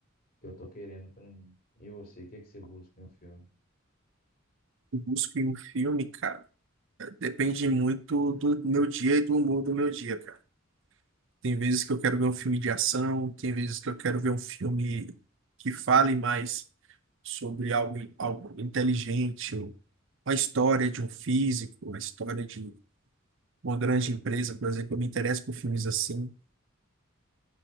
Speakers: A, on the left (about 45°); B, on the right (about 65°).
A: que eu tô querendo para mim. E você, o que é que você busca em um filme?
B: Eu busco em um filme, cara. Depende muito do meu dia e do humor do meu dia, cara. Tem vezes que eu quero ver um filme de ação, tem vezes que eu quero ver um filme que fale mais sobre algo, algo inteligente, ou a história de um físico, a história de uma grande empresa, por exemplo. Eu me interesso por filmes assim.